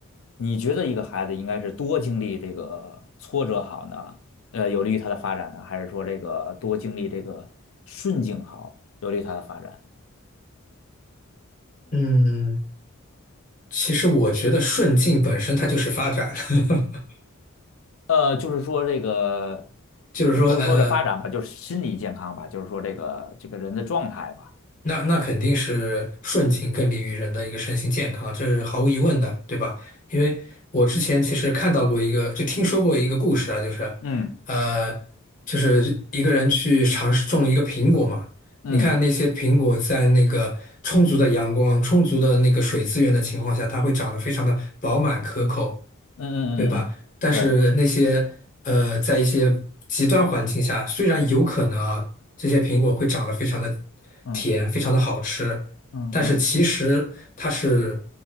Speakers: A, on the left; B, on the left.
A: 你觉得一个孩子应该是多经历这个挫折好呢？呃，有利于他的发展呢，还是说这个多经历这个顺境好，有利于他的发展？
B: 嗯，其实我觉得顺境本身它就是发展。<laughs>
A: 呃，就是说这个，
B: 就是说，
A: 呃不是说这发展吧，
B: 呃，
A: 就是心理健康吧，就是说这个这个人的状态吧。
B: 那那肯定是顺境更利于人的一个身心健康啊这是毫无疑问的，对吧？因为我之前其实看到过一个，就听说过一个故事啊，就是，
A: 嗯
B: 呃，就是一个人去尝试种一个苹果嘛，
A: 嗯
B: 你看那些苹果在那个充足的阳光、充足的那个水资源的情况下，它会长得非常的饱满可口。
A: 嗯嗯嗯嗯，
B: 对吧？但是那些呃，
A: 对，
B: 在一些极端环境下，虽然有可能啊，这些苹果会长得非常的
A: 嗯
B: 甜，非常的好吃，
A: 嗯嗯
B: 但是其实它是